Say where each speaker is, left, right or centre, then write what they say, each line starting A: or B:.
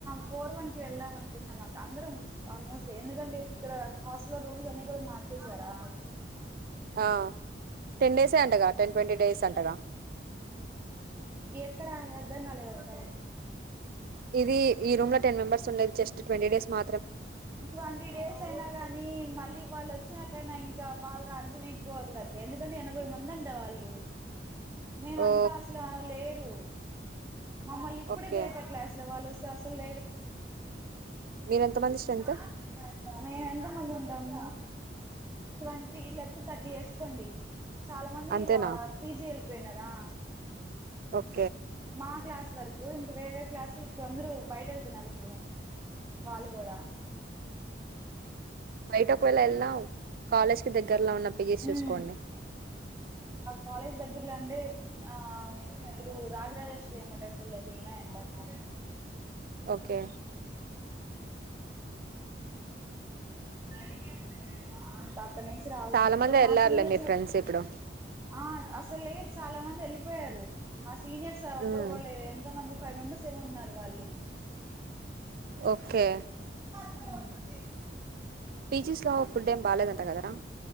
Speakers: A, on the right (about 15°); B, on the right (about 55°).
A: ఫోర్ వన్ కి వెళ్దాం అను <inaudible> మా అందరం ఆల్మోస్ట్ ఎందుకంటే ఇక్కడ హాస్టల్ రూల్స్ అన్ని కూడా మార్చేశారా.
B: ఆ టెన్ డేసే అంటగా టెన్ ట్వంటీ డేస్ అంటగా.
A: ఎక్కడ అని అర్థం కాలేదు అక్క
B: ఇది ఈ రూమ్ లో టెన్ మెంబర్స్ ఉండేది జస్ట్ ట్వంటీ డేస్ మా
A: ట్వంటీ డేస్ అయినా కానీ మళ్ళీ వాళ్ళ వచ్చినాకైనా ఇంకా వాళ్ళ రాజ్యమే ఎక్కువ అవుతదక్క ఎందుకంటే ఎనభై మంది అంటే వాళ్ళు. మేమంతా
B: ఓ
A: అసలు లేరు మమ్మల్ని ఇప్పుడే
B: ఓకే
A: దేకట్లే అసలు వాళ్ళు అసల్
B: మీరెంత మంది స్ట్రెంత్
A: <unintelligible> మే ఎంత మంది ఉంటామ్. ట్వంటీ లేకపోతే థర్టీ వేసుకోండి చాలా మంది
B: అంతేనా
A: పీజీ వెళ్ళిపోయినారా
B: ఓక
A: మా క్లాస్ వర్క్ ఇంక వేర వేరు క్లాస్ ఇప్పుడు అందరుూ బయట వెళ్తున్నారు ఇప్పుడు వాళ్ళు కూడా
B: బయటక్ ఎల్ ఎలావు కాలేజ్కి దగ్గరలో ఉన్న పిజీస్ చూసుకోండి
A: ఉమ్ కాలేజ్ దగ్గర్లో అంటే ఆ ఇప్పుడు రాజరాజేశ్రీ అమ్మ టెంపుల్ దగ్గర ఉంటాయి అక్క.
B: ఓకే
A: అడి అంత ఇక్కడ నుంచి రావాల్సింది
B: చాలా
A: ఇప్పుడు
B: మంది
A: ఒక
B: వెళ్ళారులే
A: మా సీనియర్స్
B: మీ
A: కూడా
B: ఫ్రెండ్స్ ఇప్పుడు
A: ఆ అసలు లేదు చాలా మంది వెలి యారు మా సీనియర్స్
B: ఉమ్
A: ఒక్కరు కూడా లేరు ఎంతో మంది ఫైవ్ మెంబర్స్ ఏమో ఉన్నారు వాళ్ళు
B: ఓకే
A: ఆ
B: పీజీస్ లో ఫుడ్ ఏం బాలేదంట కదరా